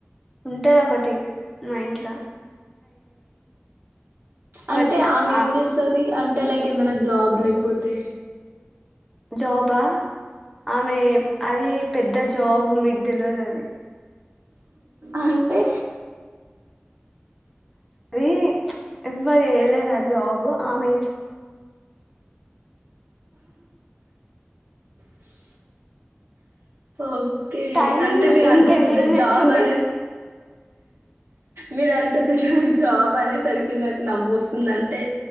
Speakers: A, in the centre; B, on the right.
A: ఉంటది ఒకటి. నా ఇంట్లా
B: అంటే
A: బట్
B: ఆమె ఏం
A: ఆ
B: జేస్సది అంటే లైక్ ఏమైనా జాబ్ లేకపోతే
A: జాబా ఆమె అది పెద్ద జాబ్ మీకు దెలివదు అది
B: అంటే
A: అర ఎవవారు ఏళ రా జాబు ఆమె
B: స ఓకే
A: టైం
B: అంటే మీరు
A: ఇంకెన్ని
B: అంత పెద్ద
A: మినిట్స్
B: జాబ్
A: ఉంది
B: అనే మీరు అంత పిల్ల జాబ్ అనేసరికి నాకు నవ్స్తుందింటే